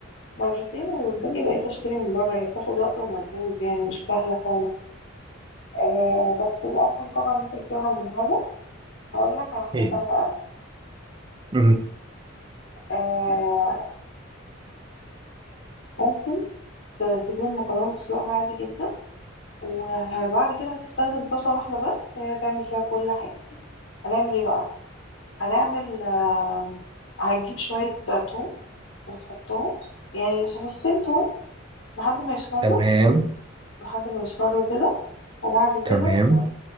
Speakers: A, on the left; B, on the right.
A: مرتين والباقي بقيت اشتري من بره هي بتاخد وقت ومجهود يعني مش سهلة خالص آه بس الأسهل طبعا إن أنت تجيبها من بره هقول لك على حاجة
B: ايه
A: سهلة أوي
B: مهم.
A: آه ممكن ت- تجيب المكرونة تسلقها عادي جدا وبعد كده هتستخدم طاسة واحدة بس هي هتعمل فيها كل حاجة هنعمل ايه بقى؟ هنعمل آه هتجيب شوية توم وتحطهم يعني فصين توم لحد ما يصفروا
B: تمام
A: لحد ما يصفروا كده وبعد
B: تمام
A: كده تروح